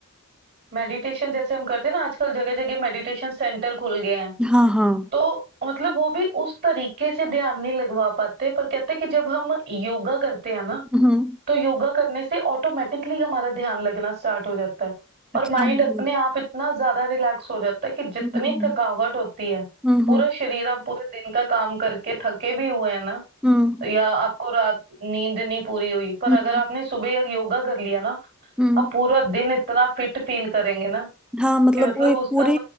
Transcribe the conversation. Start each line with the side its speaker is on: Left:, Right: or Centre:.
Right: मेडिटेशन जैसे हम करते हैं ना आजकल जगह जगह मेडिटेशन सेंटर खुल गए हैं
Centre: हाँ हाँ
Right: तो मतलब वो भी उस तरीके से ध्यान नहीं लगवा पाते पर कहते हैं कि जब हम योगा करते हैं ना
Centre: हम्म
Right: तो योगा करने से ऑटोमेटिकली हमारा ध्यान लगना स्टार्ट हो जाता है और
Centre: अच्छा
Right: माइंड
Centre: मतलब
Right: अपने आप इतना ज्यादा रिलैक्स हो जाता है कि जितनी
Centre: हम्म
Right: थकावट होती है
Centre: हम्म
Right: पूरा
Centre: हम्म
Right: शरीर आप पूरे दिन का काम करके थके भी हुए हैं ना
Centre: हम्म,
Right: या आपको रात नींद नहीं पूरी हुई पर
Centre: हम्म।
Right: अगर
Centre: हम्म,
Right: आपने सुबह योगा कर लिया ना
Centre: हम्म।
Right: आप पूरा दिन इतना फिट फील करेंगे ना
Centre: हाँ मतलब
Right: कि मतलब
Centre: वो एक
Right: उसका
Centre: पूरी